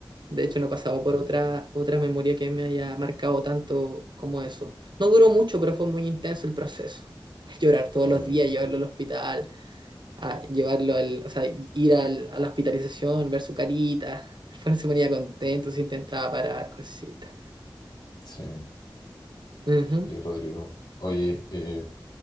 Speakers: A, on the right; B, on the left.
A: De hecho, no he pasado por
B: no,
A: otra, otra memoria que me haya marcado tanto como eso. No duró mucho, pero fue muy intenso el proceso. <laughs> Llorar todos
B: no,
A: los
B: me
A: días,
B: imagino.
A: llevarlo al hospital, a llevarlo al, o sea, ir al- a la hospitalización, ver su carita. Después no se ponía contento, se intentaba parar, cositas.
B: Sí,
A: Ujú,
B: sí, Rodrigo. Oye, eh,